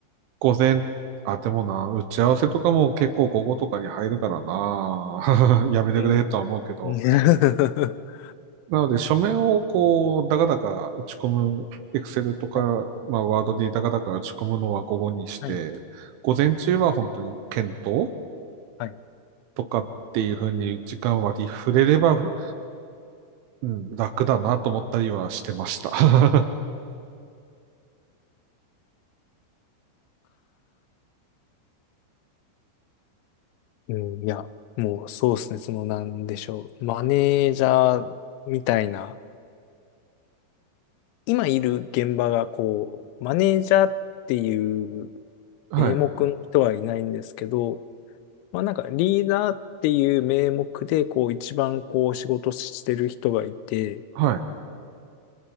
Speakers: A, on the right; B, on the left.
A: 午前、あ、でもな、打ち合わせとかも結構午後とかに入るからな、<laughs> やめてくれとは思うけど、
B: うんうん <laughs>
A: なので、書面をこう、だかだか打ち込む、エクセルとか、
B: はい、
A: まあ、ワードでだかだか打ち込むのは午後にして、
B: はい、
A: 午前中は本当に検討
B: はい。
A: とかっていうふうに時間割り触れれば、うん、楽だなと思ったりはしてました。<laughs>
B: うん、いや、もうそうですね。その、なんでしょう。マネージャーみたいな、今いる現場がこう、マネージャーっていう
A: はい。
B: 名目の人はいないんですけど、まあなんかリーダーっていう名目で、こう、一番こう、仕事してる人がいて、
A: はい。